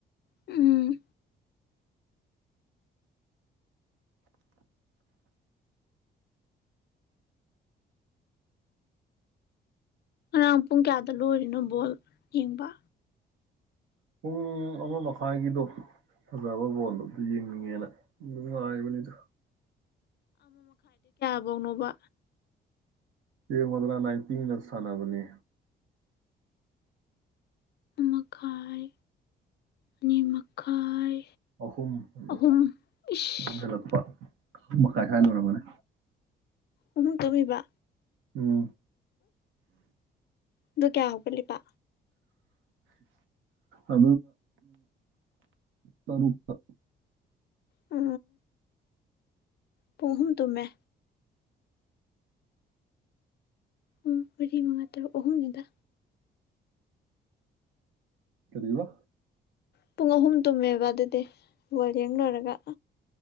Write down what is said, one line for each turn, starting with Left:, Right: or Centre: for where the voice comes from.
Left: ꯎꯝ ꯔꯝꯄꯨꯡ ꯀꯌꯥꯗ ꯇ ꯂꯣꯏꯔꯤꯅꯣ ꯕꯣꯜ ꯌꯦꯡꯕ
Right: ꯄꯨꯡ ꯑꯃ ꯃꯈꯥꯏꯒꯤꯗꯣ ꯐꯕꯣꯂꯣ ꯌꯦ ꯦ ꯃꯥꯔꯕꯅꯤꯗꯨ
Left: ꯀꯕꯥꯎꯅꯕ
Right: ꯐ ꯃꯗꯨ ꯅꯥꯟꯇ ꯃꯤꯅꯁꯅꯕꯅꯤ
Left: ꯃꯈꯥꯏ ꯑꯅꯤ ꯃꯈꯥꯏ
Right: ꯑꯍꯨꯝꯗ
Left: ꯑꯍꯨꯝ ꯏꯁ
Right: ꯑꯨꯝ ꯍꯦꯜꯂꯛꯄ ꯃꯈꯥꯏ ꯈꯥꯏꯗꯣꯏꯔꯕꯅꯦ
Left: ꯑꯃ ꯇꯃꯤꯕ
Right: ꯎꯝ
Left: ꯑꯗꯨ ꯀꯌꯥ ꯍꯒꯜꯂꯤꯂꯤ ꯄ
Right: ꯑ ꯇꯔꯨꯄ
Left: ꯑ ꯄꯍꯨꯝ ꯇꯃꯦ ꯎꯝ ꯃꯔꯤ ꯃꯉꯥ ꯇꯔꯨꯛ ꯑꯍꯨꯝꯒꯤꯗ
Right: ꯀꯔꯤ ꯋꯥ
Left: ꯄꯨꯡ ꯑꯍꯨꯝ ꯇꯨꯝꯃꯦꯕ ꯑꯗꯨꯗꯤ ꯕꯡ ꯂꯣꯏꯔꯒ